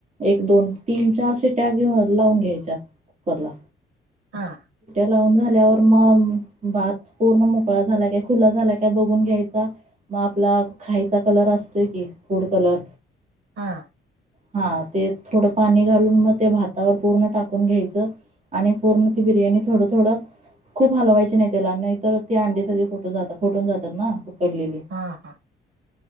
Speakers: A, on the right; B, on the right.
A: एक दोन तीन चार सिट्या घेऊन लावून घ्यायच्या कुकर ला.
B: हा.
A: लाऊन झाल्यावर मग भात पूर्ण मोकळा झाला काय खुला झाला काय बघून घ्यायचा. मग आपला खायचा कलर असतोय की फूड कलर.
B: हा.
A: हा ते थोडं पाणी घालून मग ते भातावर पूर्ण टाकून घ्यायचं. आणि पूर्ण ती बिर्याणी थोडं थोडं. खूप हलवायची नाही त्याला नाही तर ते अंडी सगळी फोटून जातात ना. उकडलेली
B: हा हा.